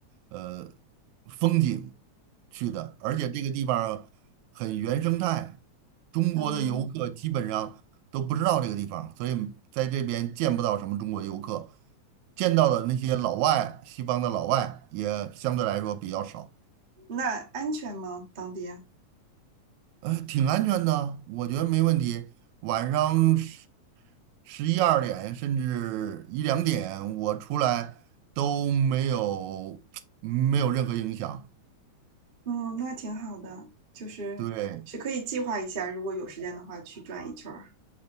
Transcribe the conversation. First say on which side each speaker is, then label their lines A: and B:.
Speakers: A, on the right; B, on the right.
A: 呃风景去的，而且这个地方很原生态，中国的游客基本上。
B: 嗯，
A: 都不知道这个地方，所以在这边见不到什么中国游客，见到的那些老外，西方的老外也相对来说比较少，
B: 那安全吗？当地？
A: 呃，挺安全的，我觉得没问题。晚上十十一二点甚至一两点，我出来都没有 <tsk> 没有任何影响。
B: 嗯，那挺好的，就是是可以计划一下，
A: 对，
B: 如果有时间的话去转一圈儿。